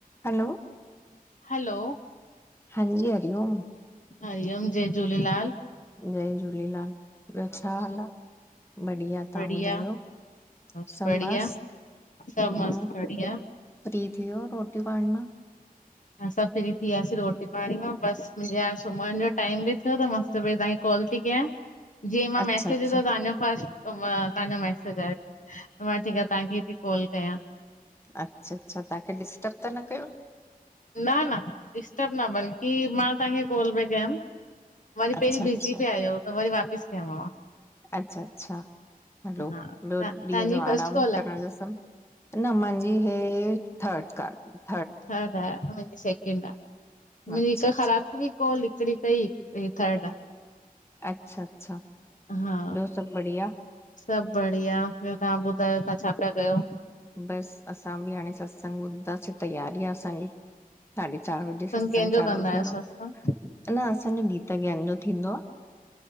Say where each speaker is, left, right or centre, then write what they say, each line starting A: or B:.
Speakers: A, on the left; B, on the left.
A: हलो
B: hello
A: हांजी, हरिओम
B: हरिओम जय झूलेलाल
A: जय झूलेलाल ॿियो छा हाल आ? बढ़िया तव्हां
B: बढ़िया,
A: ॿुधायो?
B: बस
A: सभु
B: बढ़िया
A: मस्त
B: सभु
A: हूं,
B: मस्त बढ़िया।
A: फ्री थी वियो रोटी पाणी मां?
B: असां फ्री थी वियासीं रोटी पाणी मां बसि मुंहिंजेहाणे सुम्हण जो टाइम बि थियो त मां सोचो पहरी तव्हांखे कॉल थी कयां जीअं मां
A: अच्छा
B: मैसेज
A: अच्छा
B: विधो त तव्हांजो फस्ट तव्हांजो मैसेज आहे। मां ठीकु आ तव्हांखे थी कॉल कयां।
A: अच्छा अच्छा तव्हांखे डिस्टब त न कयो?
B: न न डिस्टर्ब न बल्की मां तव्हांखे कोल पे कयम। वरी
A: अच्छा
B: पहिरीं
A: अच्छा
B: बिज़ी पे आयो त वरी वापसि कयमांव।
A: अच्छा अच्छा हलो
B: हा,
A: ॿियो
B: त तव्हांजी
A: ॾींहं जो आराम
B: फस्ट कॉल आ?
A: करण जो सभु न मुंहिंजी हे थर्ड क <inaudible>
B: थर्ड आहे मुंजी सेकेंड आहे मुंजी
A: अच्छा
B: हिकु
A: अच्छा
B: ख़राब थी वई कोल हिकड़ी कई हे थर्ड आ।
A: अच्छा अच्छा
B: हा
A: ॿियो सभु बढ़िया?
B: सभु बढ़िया ॿियो तव्हां ॿुधायो तव्हां छा पिया कयो?
A: बसि असां बि हाणे सत्संग ॿुधदासीं तयारी आ असांजी। साढे चार बजे सत्संग
B: कंहिंजो
A: चालू
B: कंदा
A: थियणो
B: आहियो सत्संग
A: आ। अञ असांजो गीता ज्ञान जो थींदो आ